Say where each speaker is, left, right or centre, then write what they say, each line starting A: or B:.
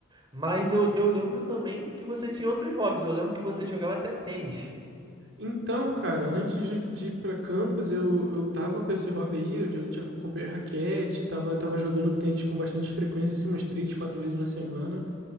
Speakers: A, on the right; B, on the right.
A: Mas eu, eu lembro também que você tinha outros hobbies. Eu lembro que você jogava até tênis.
B: Então, cara, antes de, de ir pra campus, eu, eu tava com esse hobby aí, eu, eu tinha, comprei raquete, tava, tava jogando tênis com bastante frequência, assim, umas três, quatro vezes na semana.